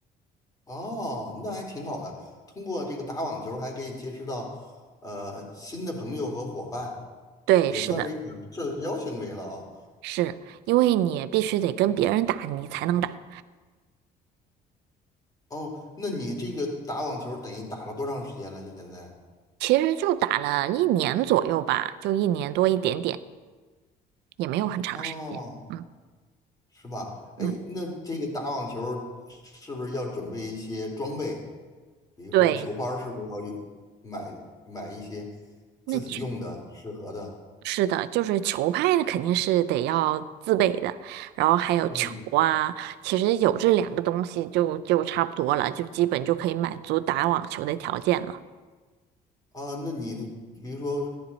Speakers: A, on the left; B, on the right.
A: 哦，那还挺好的。通过这个打网球，还可以结识到呃新的朋友和伙伴，
B: 对，
A: 也算是一种社交行为了啊。
B: 是的，是因为你必须得跟别人打，你才能打。
A: 哦，那你这个打网球等于打了多长时间了？现在？
B: 其实就打了一年左右吧，就一年多一点点。也没有很长时间。
A: 哦。
B: 嗯
A: 是吧？哎，
B: 嗯，
A: 那这个打网球儿是不是要准备一些装备？比如说球拍，
B: 对，
A: 是不是要有买买一些
B: 那确
A: 自己用的适合的？
B: 是的，就是球拍那肯定是得要自备的，然后还有球啊，
A: 嗯，
B: 其实有这两个东西就就差不多了，就基本就可以满足打网球的条件了。
A: 啊，那你比如说